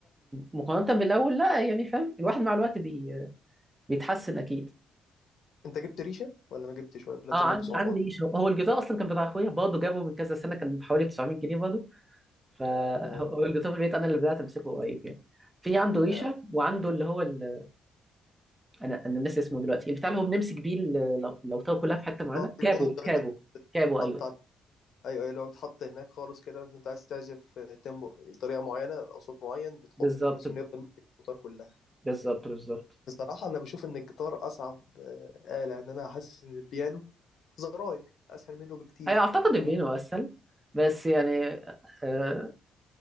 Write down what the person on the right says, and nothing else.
مقارنه بالاول لا يعني فاهم الواحد مع الوقت بي... بيتحسن اكيد
اه
عندي
عندي ايش هو هو الجيتار اصلا كان بتاع اخويا برضه جابه من كذا سنه كان بحوالي 900 جنيه برضه فهو
الجيتار في البيت انا اللي بدات امسكه قريب يعني في عنده ريشه
وعنده اللي هو ال... انا انا ناسي اسمه دلوقتي البتاع اللي هو بنمسك بيه ال- لو لو طار كلها في حته معينه
كابو
كابو
كابو ايوه
بالظبط
بالظبط بالظبط
ايوه اعتقد البينو
اسهل بس يعني آه